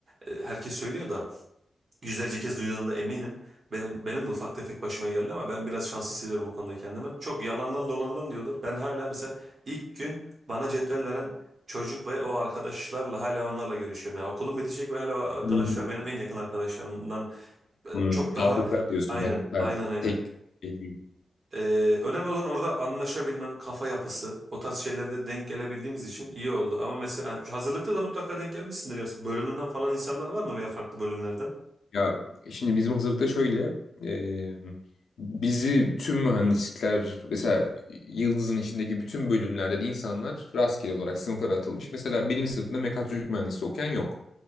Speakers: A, on the right; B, on the left.
A: e, herkes söylüyor da yüzlerce kez duyduğuna da eminim. Benim, benim de ufak tefek başıma geldi ama ben biraz şanslı hissediyorum o konuda kendimi. Çok yalandan dolandan diyorlar. Ben hala mesela ilk gün bana cetvel veren çocuk ve o arkadaşlarla hala onlarla görüşüyorum. Yani okulum bitecek ve hala o arkadaşlar
B: Hmm.
A: benim en yakın arkadaşlarımdan e,
B: Hmm,
A: çok
B: kağıtlıklar
A: daha
B: diyorsun
A: aynen
B: yani Ha,
A: aynen aynen.
B: tek şey değil.
A: Ee, önemli olan orada anlaşabilmen, kafa yapısı, o tarz şeylerde denk gelebildiğimiz için iyi oldu. Ama mesela hani hazırlıkta da mutlaka denk gelmişsindir ya. Bölümünden falan insanlar var mı veya farklı bölümlerden?
B: Ya şimdi bizim hazırlıkta şöyle e, bizi tüm mühendislikler mesela Yıldız'ın içindeki bütün bölümlerden insanlar rastgele olarak sınıflara atılmış. Mesela benim sınıfımda mekatronik mühendisi okuyan yok.